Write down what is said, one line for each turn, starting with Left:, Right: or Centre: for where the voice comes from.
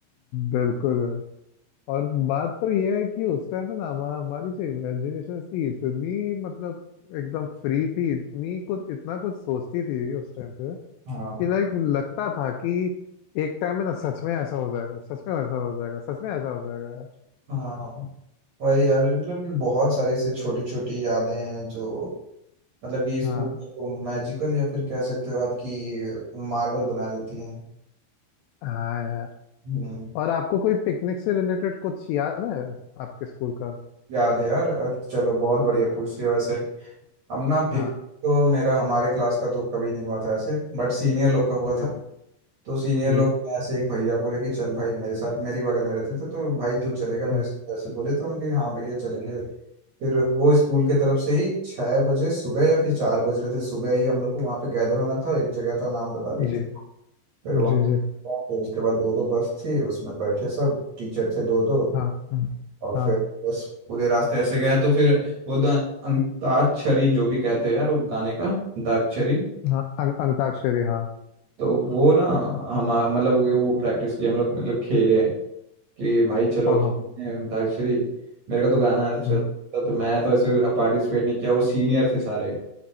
Left: बिल्कुल है और बात तो ये है कि उस टाइम पे ना हमा- हमारी जो इमेजिनेशन थी इतनी मतलब एकदम फ्री थी इतनी कुछ इतना कुछ सोचती थी उस टाइम पे
Right: हाँ
Left: कि लाइक लगता था कि एक टाइम में ना सच में ऐसा हो जाएगा सच में ऐसा हो जाएगा सच में ऐसा हो जाएगा यार
Right: हाँ वही यार मतलब कि बहुत सारी ऐसी छोटी छोटी यादें हैं जो मतलब कि स्कूल
Left: हाँ
Right: को मैजिकल या फिर कह सकते हो आपकी मार्वल बना देती हैं
Left: हाँ यार
Right: हम्म,
Left: और आपको कोई पिकनिक से रिलेटेड कुछ याद है आपके स्कूल का
Right: याद है यार अ, चलो बहुत बढ़िया पूछ लिया वैसे हम ना
Left: हाँ।
Right: पिक तो मेरा हमारे क्लास का तो कभी नहीं हुआ था ऐसे बट सीनियर लोग का हुआ
Left: जी,
Right: था तो सीनियर
Left: जी,
Right: लोग में ऐसे एक भैया बोले कि चल भाई मेरे साथ मेरी बगल में रहते थे तो भाई तू चलेगा मेरे
Left: हुँ,
Right: साथ ऐसे बोले तो हम कि हाँ भैया चलेंगे फिर वो स्कूल के तरफ से ही छः बजे सुबह या फिर चार बज रहे थे सुबह ही हम लोग को वहाँ पे गैदर होना था एक जगह का नाम बता दिए थे
Left: जी,
Right: फिर वहाँ
Left: जी, जी,
Right: हुआ, फिर उसके बाद दो दो बस थी उसमें बैठे सब टीचर थे दो दो
Left: हाँ, हाँ,
Right: और फिर
Left: हाँ,
Right: बस पूरे रास्ते ऐसे गया तो फिर वो तो अंताक्षरी जो भी कहते हो यार वो गाने का अंताक्षरी
Left: हाँ, अं अंताक्षरी हाँ,
Right: तो वो ना हम मतलब वो प्रैक्टिस की हम लोग मतलब खेले कि भाई चलो
Left: ओहो!
Right: खेलते हैं अंताक्षरी मेरे को तो गाना अच्छा
Left: हुँ,
Right: था, तो मैं तो ऐसे पार्टिसिपेट नहीं किया और सीनियर थे सारे